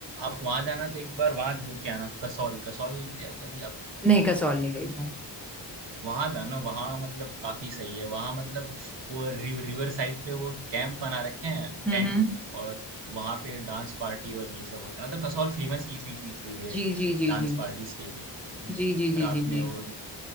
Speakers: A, on the right; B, in the centre.
A: आप वहाँ जाना तो एक बार वहाँ होके आना कसौल कसौल गए हो कभी आप
B: नहीं कसौल नहीं गई मैं
A: वहाँ जाना वहाँ मतलब काफी सही है वहाँ मतलब वो रिव, रिवर साइड पे वो कैंप बना रखे हैं
B: हम्म
A: टेंट
B: हम्म
A: और वहाँ पे डांस पार्टी और ये सब होता है मतलब कसौल फेमस इसी चीज के लिए
B: जी जी जी
A: डांस
B: जी
A: पार्टीज
B: जी
A: के लिए
B: जी जी जी
A: रात
B: जी जी
A: में वो